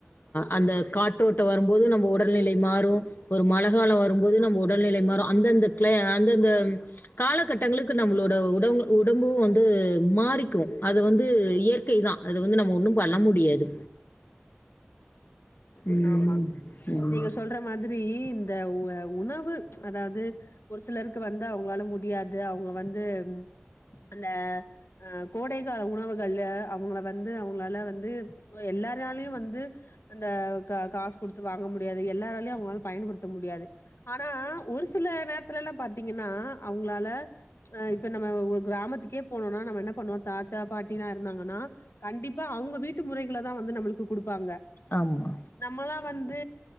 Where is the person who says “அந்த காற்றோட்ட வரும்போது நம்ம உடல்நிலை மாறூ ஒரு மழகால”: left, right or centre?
Left